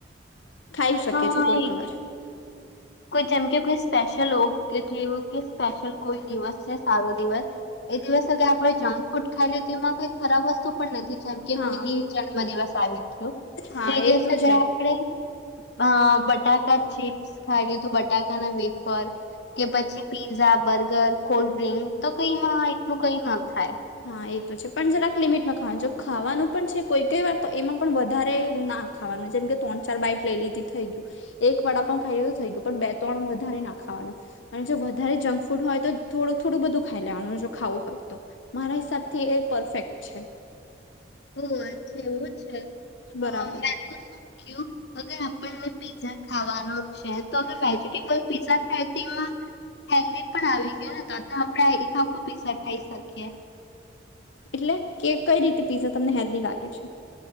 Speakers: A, on the left (about 85°); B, on the left (about 60°).
A: ખાઈ શકીએ
B: હા
A: છે કોઈક
B: એ
A: વાર
B: જ કોઈ <unintelligible> સ્પેશલ <unintelligible> જેવું કે સ્પેશિલ કોઈ દિવસ છે સારું દિવસ એ દિવસ આપણે જમ ફૂડ ખાઈ લીધું તો એમાં કઈ ખરાબ વસ્તુ પણ નથી જેમ કે
A: હા
B: કોઈની જન્મદિવસ આવી ગયો
A: હા
B: તે દિવસે
A: એ તો
B: <unintelligible>
A: છે.
B: આપણે જ અ બટાકા ચીપ્સ ખાય લીધું બટાકા ના વેફર કે પછી પીઝા બર્ગર કોલ્ડ્રિંક તો કઈમાં એટલું કઈ ન થાય
A: હા એ તો છે. પણ જરા આ લિમિટમાં ખાવાનું જો ખાવાનું પણ છે. કોઈ કઈ વાર તો એમાં પણ વધારે ના ખાવાનું છે. જેમ કે ત્રણ ચાર બાઈટ લઈ લીધી થઈ ગયું. એક વડાપાઉં પણ ખાઈ તો થઈ ગયું પણ બે ત્રણ વધારે ના ખાવાના. અને જો વધારે જંક ફૂડ હોય તો થોડુંક થોડું બધું ખાઈ લેવાનું જો ખાવું હોય તો મારા હિસાબ થી એ પરફેક્ટ છે.
B: ઓ અચ્છા એવું છે.
A: બરાબર
B: મેં તો શું કર્યું અગર આપણ પીઝા ખાવાનો છે. તો વેજીિટેબલ પીઝા ખાય તેમાં. હેલ્દી પણ આવી ગયો ને તો તો આપણે એક આખો પીઝા ખાઈ શકીએ
A: એટલે કે કઈ પીઝા તમને હેલ્દી લાગે છે.